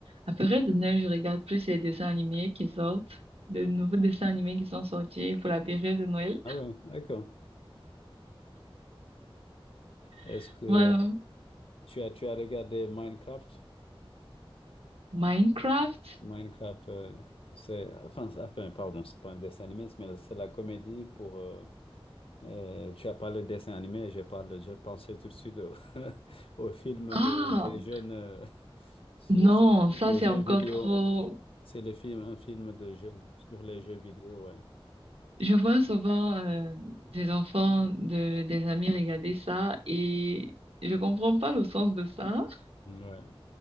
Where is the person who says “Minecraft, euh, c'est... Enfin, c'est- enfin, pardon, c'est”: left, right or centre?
Left